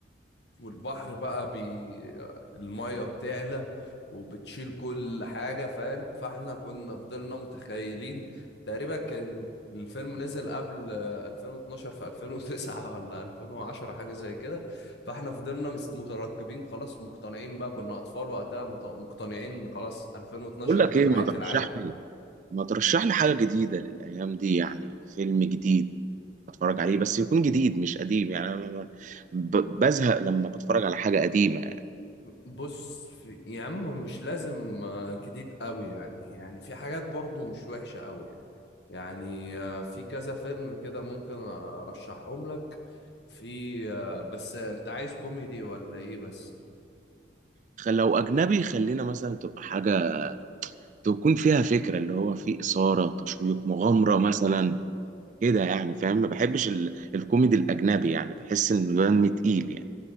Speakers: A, on the left; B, on the right.
A: والبحر بقى بي... المية بتعلى وبتشيل كل حاجة فاهم فاحنا كنا فضلنا متخيلين تقريبا كان الفيلم نزل قبل آه، 2012 في 2009 ولا 2010 حاجة زي كده فاحنا فضلنا مس- مترقبين خلاص مقتنعين بقى كنا أطفال وقتها مت- مقتنعين خلاص 2012
B: بقول لك
A: ده
B: ايه
A: نهاية
B: ما ترشح
A: العالم
B: لي ما ترشح لي حاجة جديدة للايام دي يعني فيلم جديد اتفرج عليه بس يكون جديد مش قديم يعني انا ب- بزهق لما بتفرج على حاجة قديمة
A: بص في... يا عم مش لازم آه، جديد قوي يعني يعني في حاجات برضو مش وحشة قوي يعني يعني آه، في كذا فيلم كده ممكن ارشحهم لك في آه، بس انت عايز كوميدي ولا ايه بس
B: خ- لو أجنبي خلينا مثلا تبقى حاجة تكون فيها فكرة اللي هو فيه إثارة تشويق مغامرة مثلا كده يعني فاهم ما بحبش ال... الكوميدي الأجنبي يعني بحس إنه دم تقيل يعني